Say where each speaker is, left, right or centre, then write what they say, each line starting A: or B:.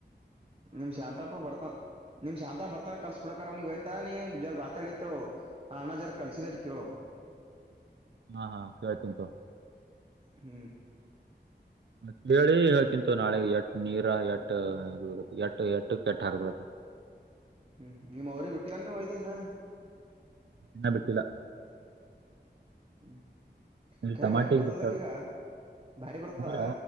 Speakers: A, on the right (about 30°); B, on the right (about 70°).
A: ನಿಮ ಶಾಂತಾಪ್ಪ ಬರ್ತ ನಿಮ್ ಶಾಂತ ಬರ್ತಾನ ಕಲ್ಸ್ ಬಿಡಕ ಅವ್ ನೀಗ್ ಹಯತಾ ನೀ ಜ ಬತಾ ಹೇಳತೇಳೋ ಆ ಅಣ್ಣ ಜರ ಕಲ್ಸಿದರ್ ಕೇಳು
B: ಹಾ ಹಾ ಕೇಳತಂತ
A: ಹ್ಮ್
B: ಮ ಹೇಳಿ ಹೇಳ್ತಿಂತು ನಾಳೆ ಎಟ್ ನೀರ ಎಟ್ಟ ಎಟ್ಟ ಎಟ್ಟ ಕೆಟ್ಟ ಹಾಕಬಿಡತ್ತೆ <inaudible>
A: ಹ್ಮ್ ನಿಮ್ ಅವ್ರೇ ಬಿಟ್ಟಿಲ್ಲ ಒಯ್ದೇನಾ
B: ಹಿನಾ ಬಿಟ್ಟಿಲ್ಲ
A: ಹ್ಮ್
B: ಇಲ್ಲಿ
A: ಕರಿ
B: ಟಮಾಟಿಗೆ
A: ಭಾರಿ ಪಡ್ತದಕ್ಕಗ
B: ಬಿಟ್ಟಾರ
A: ಭಾರಿ ಪಡ್ತ
B: ಮೂರಾ